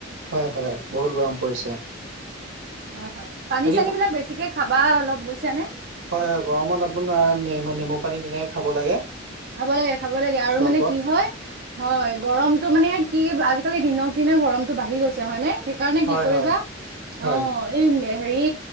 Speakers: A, on the right (about 85°); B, on the right (about 50°).
A: হয় হয় বহুত গৰম পৰিছে।
B: হয় হয় পানী
A: বাকী
B: চানী বিলাক বেছিকে খাবা অলপ বুজছানে।
A: হয় হয় গৰমত আপোনাৰ নেমু নেমু পানী তেনেকে খাব লাগে।
B: খাব লাগে খাব লাগে আৰু
A: চৰবত
B: মানে কি হয়। হয় গৰমতটো মানে কি আজিকালি দিনক দিনে গৰমতটো বাঢ়ি গৈছে হয় নে। সেইকাৰণে
A: হয়
B: কি কৰিবা
A: হয় হয়
B: অ, এ হেৰি।